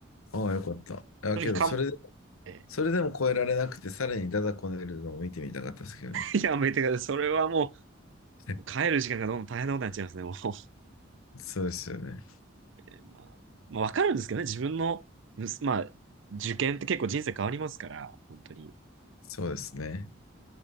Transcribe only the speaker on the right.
正直かん、
え
ーやめてください。それはも
う帰る時間がどんどん大変なことになっちゃいますね、もう。
<laughs> まあ、まあ、わかるんですけどね、自分の、まあ、受験って結構人生変わりますから、本当に。